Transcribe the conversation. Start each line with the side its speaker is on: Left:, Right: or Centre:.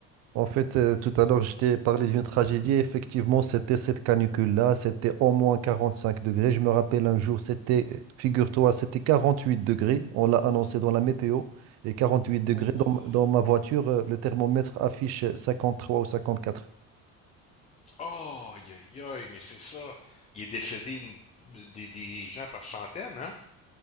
Right: En fait, euh, tout à l'heure, je t'ai parlé d'une tragédie, effectivement, c'était cette canicule-là, c'était au moins 45 degrés. Je me rappelle un jour, c'était, figure-toi, c'était 48 degrés, on l'a annoncé dans la météo, et 48 degrés,
Left: Oh!
Right: dans, dans ma voiture, euh, le thermomètre affiche 53 ou cinquante quatre
Left: Oh, aïe, aïe, aïe, mais c'est ça. Il est décédé une- des, des gens par centaines, hein?